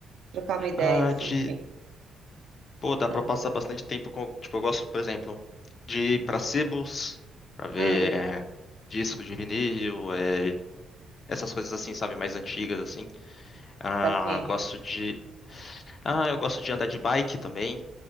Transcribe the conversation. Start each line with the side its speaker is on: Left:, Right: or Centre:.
Right: trocar uma ideia,
Left: Ah,
Right: assim,
Left: de.
Right: enfim.
Left: Pô, dá
Right: Hum,
Left: pra passar bastante tempo com. Tipo, eu gosto, por exemplo, de ir pra sebos, pra ver
Right: hum,
Left: é, discos de vinil, é, essas coisas assim, sabe? Mais antigas, assim. Ah,
Right: tá aqui.
Left: gosto de. Ah, eu gosto de andar de bike também.